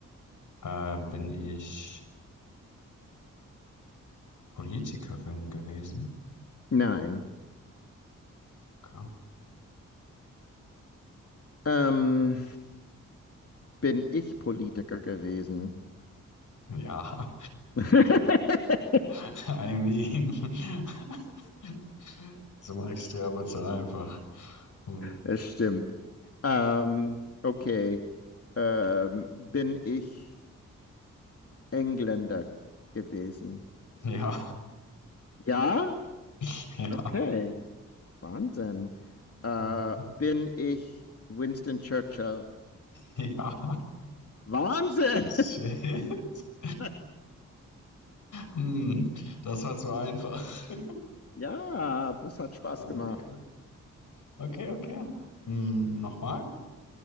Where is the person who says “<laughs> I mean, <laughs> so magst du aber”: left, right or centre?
Left